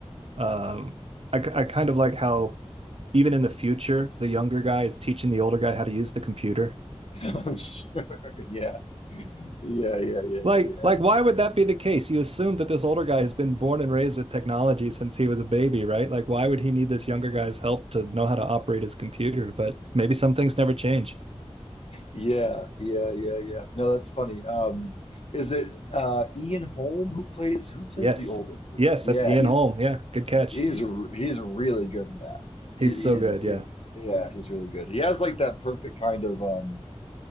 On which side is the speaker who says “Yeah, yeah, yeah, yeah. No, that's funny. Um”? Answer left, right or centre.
Left